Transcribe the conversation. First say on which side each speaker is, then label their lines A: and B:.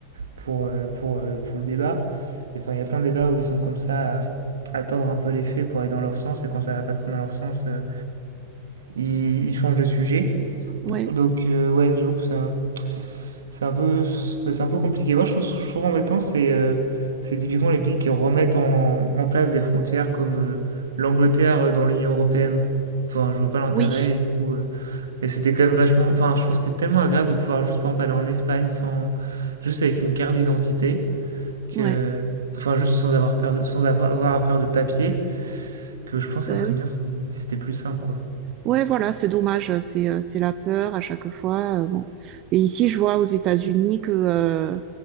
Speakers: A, on the right; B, on the right.
A: pour, heu, pour, heu, pour le débat et enfin, il y a plein de débats où ils sont comme ça à à tordre un peu les faits pour aller dans leur sens et quand ça va pas trop dans leur sens, heu, ils ils changent de sujet
B: ouais,
A: donc, euh, ouais, j'avoue que c'est un, c'est un peu, ouais, c'est un peu compliqué. Moi, je trouve, je trouve embêtant, c'est euh, c'est typiquement les pays qui remettent en, en place des frontières comme euh, l'Angleterre euh, dans l'Union européenne. Enfin, je vois pas l'intérêt,
B: oui,
A: et du coup, euh, et c'était quand même vachement. Enfin, je trouve que c'est tellement agréable de pouvoir juste, par exemple, aller en Espagne sans, juste avec une carte d'identité,
B: ouais,
A: que, enfin, juste sans avoir, faire de- sans avoir à faire de papier, que je pense que
B: ben
A: ça serait
B: oui.
A: bien si c'était plus simple, quoi.
B: Ouais, voilà, c'est dommage, euh, c'est euh, c'est la peur à chaque fois. euh, bon. Et ici, je vois aux États-Unis que euh,